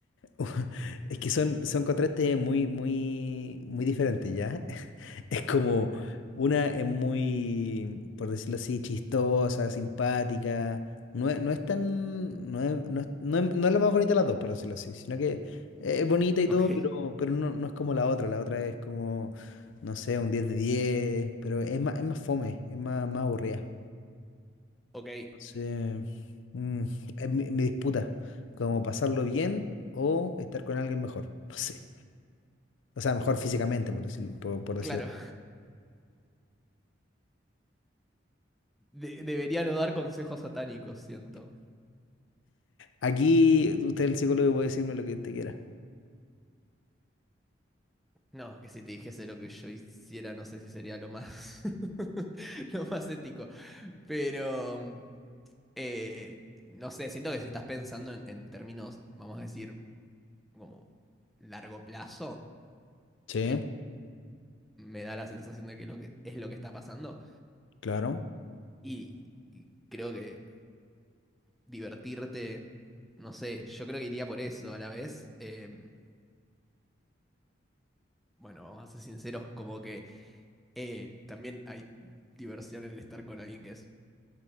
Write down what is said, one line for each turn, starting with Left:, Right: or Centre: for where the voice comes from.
Left: <laughs> Es que son, son contrastes muy, muy, muy diferentes, ¿ya? <laughs> Es como. Una es muy, por decirlo así, chistosa, simpática. No es, no es tan. No es, no es- no es- no es la más bonita de las dos, por decirlo así. Sino que es bonita y
Centre: ok,
Left: todo, pero, pero no, no es como la otra. La otra es como. No sé, un 10 de diez, Pero es más, es más fome, es más, más aburrida.
Centre: ok,
Left: Sí. Mm, es mi, mi disputa, como pasarlo bien o estar con alguien mejor, <laughs> no sé. O sea, mejor físicamente, por decir, por, por decirlo.
Centre: claro, <laughs> de- debería no dar consejos satánicos, siento.
Left: Aquí usted, el psicólogo, puede decirme lo que usted quiera.
Centre: No, que si te dijese lo que yo hiciera, no sé si sería lo más, <laughs> lo más ético. Pero, mm, eh, no sé, siento que si estás pensando en, en términos, vamos a decir, como largo plazo,
Left: Sí,
Centre: que me da la sensación de que, lo que es lo que está pasando,
Left: claro.
Centre: y, y creo que divertirte, no sé, yo creo que iría por eso a la vez. em, bueno, vamos a ser sinceros, como que eh, también hay diversión en estar con alguien que es